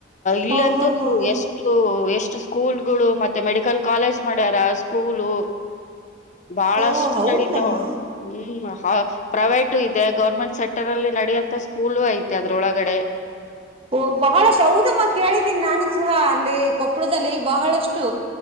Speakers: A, on the left; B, on the right.
A: ಇಲ್ಲಂತೂ
B: ಹೋ ಹೋ ಹೋ ಹೋ
A: ಎಷ್ಟು ಎಷ್ಟು ಸ್ಕೂಲ್ಗಳು ಮತ್ತೆ ಮೆಡಿಕಲ್ ಕಾಲೇಜ್ ಮಾಡ್ಯಾರ ಸ್ಕೂಲು ಬಹಳಷ್ಟು
B: ಓ ಹೌದಮ್ಮ
A: ನಡತಾವ ಹ್ಮ್ ಪ್ರೈವೇಟು ಇದೆ ಗೌರ್ಮೆಂಟ್ ಸೆಕ್ಟರ್ ಅಲ್ಲಿ ನಡೆಯಂತ ಸ್ಕೂಲ್ ಐತಿ ಅದ್ರ ಒಳಗಡೆ
B: ಓ ಬಹಳಷ್ಟು ಹೌದಮ್ಮ ಕೇಳಿದ್ದೀನಿ ನಾನು ಸಹ ಅಲ್ಲಿ ಕೊಪ್ಪಳದಲ್ಲಿ ಬಹಳಷ್ಟು